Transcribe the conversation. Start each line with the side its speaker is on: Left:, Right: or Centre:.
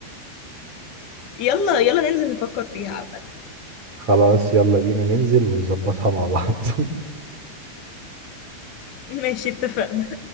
Left: يلا يلا ننزل نفكر فيها عامة
Right: خلاص يلا بينا ننزل ونظبطها مع بعض <laughs>
Left: <laughs> ماشي اتفقنا